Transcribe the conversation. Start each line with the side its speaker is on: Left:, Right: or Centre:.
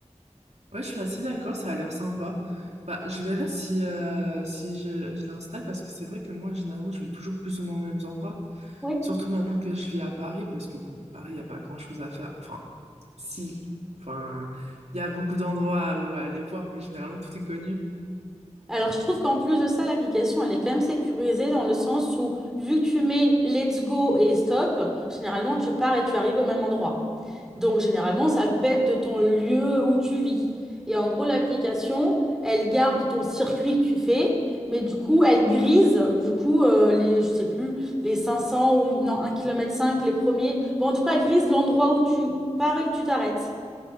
Right: Ouais, je suis assez d'accord, ça a l'air sympa. Bah, je verrai si, euh, si je, je l'installe parce que c'est vrai que moi, généralement, je vais toujours plus ou moins aux mêmes endroits.
Centre: Oui.
Right: Surtout maintenant que je vis à Paris parce que, bon, Paris, il n'y a pas grand-chose à faire. Enfin, si. Enfin, il y a beaucoup d'endroits où aller voir, mais généralement, tout est connu.
Centre: Alors, je trouve qu'en plus de ça, l'application, elle est quand même sécurisée dans le sens où, vu que tu mets let's go et stop, généralement, tu pars et tu arrives au même endroit. Donc, généralement, ça pète de ton lieu où tu vis. Et en gros, l'application, elle garde ton circuit que tu fais, mais du coup, elle grise, du coup, euh, les, je sais plus, les 500 ou non, 1,5 km, les premiers. Bon, en tout cas, elle grise l'endroit où tu pars et que tu t'arrêtes.